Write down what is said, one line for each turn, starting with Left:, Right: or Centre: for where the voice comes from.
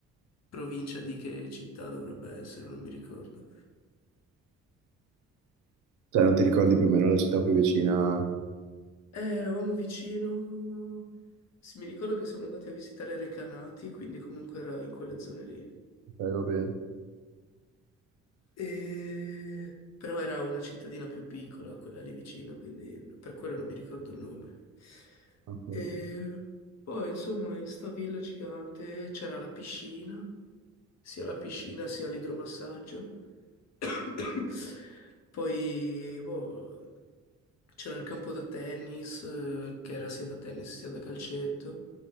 Left: provincia di che città dovrebbe essere, non mi ricordo.
Right: Cioè, non ti ricordi più o meno la città più vicina? Ok,
Left: Eh, eravamo vicino. Sì, mi ricordo che siamo andati a visitare Recanati, quindi comunque era in quelle zone lì.
Right: va bene.
Left: E- Però era una cittadina più piccola, quella lì vicino, quindi per quello non mi ricordo il nome.
Right: Ok.
Left: E poi, insomma, in sta villa gigante c'era la piscina, sia la piscina sia l'idromassaggio. <coughs> Poi, boh, c'era il campo da tennis, eh, che era sia da tennis sia da calcetto.